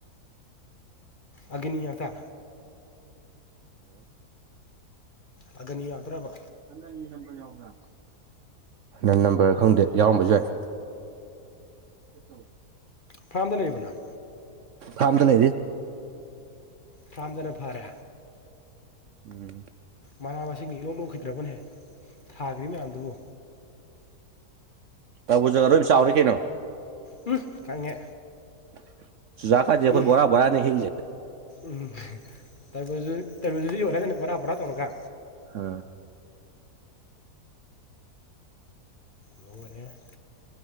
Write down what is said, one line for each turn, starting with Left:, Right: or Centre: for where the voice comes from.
Left: ꯑꯒꯅꯤ ꯉꯥꯛꯇ ꯑꯒꯅꯤ ꯉꯥꯛꯇ꯭ꯔꯕ
Right: ꯍꯗꯪꯒꯤ ꯅꯝꯕ ꯌꯥꯎꯕ꯭ꯔꯥ ꯅꯟ ꯅꯝꯕꯔ ꯈꯪꯗꯦ ꯌꯥꯎꯔꯝꯕꯁꯨ ꯌꯥꯏ ꯦ <inaudible> <unintelligible>
Left: ꯐꯥꯔꯝꯗ ꯂꯩꯔꯤꯕꯔꯣ ꯅꯪ
Right: ꯐꯤꯉꯝ ꯗ ꯂꯩꯔꯤ
Left: ꯐꯥꯔꯝꯗꯅ ꯐꯔꯦ
Right: ꯎꯝ
Left: ꯃꯅꯥ ꯃꯁꯤꯡꯒꯤ ꯏꯂꯣꯛ ꯂꯣꯛꯈꯤꯗ꯭ꯔꯕꯅꯦꯍ ꯊꯥꯈ꯭ꯔꯤ ꯃꯌꯥꯝꯗꯨꯕꯨ
Right: ꯇꯕꯨꯖ ꯂꯣꯏꯝ ꯆꯥꯎꯔꯤ ꯀꯩꯅꯣ
Left: ꯎꯝ ꯈꯪꯉꯦ
Right: <inaudible> ꯆꯨꯖꯥꯛꯀꯥꯁꯦ ꯑꯩꯈꯣꯏ
Left: ꯃꯤ
Right: ꯕꯣꯔꯥ ꯕꯣꯔꯥꯅꯦ ꯍꯦꯛꯏꯁꯦ
Left: ꯎ <unintelligible> ꯕꯣꯔ ꯕꯣꯔꯥ ꯇꯧꯔꯒꯥ
Right: ꯑ
Left: ꯂꯣꯏꯔꯦ